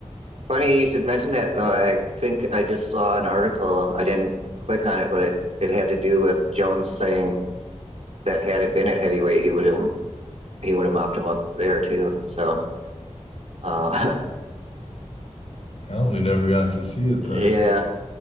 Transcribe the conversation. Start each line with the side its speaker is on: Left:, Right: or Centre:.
Right: Funny you should mention that though. I think I just saw an article. I didn't click on it, but it, it had to do with Jones saying that had it been at heavyweight, he would have he would have mopped him up there too. So uh,
Left: Oh, we never got to see
Right: <laughs>
Left: it
Right: yeah,
Left: then.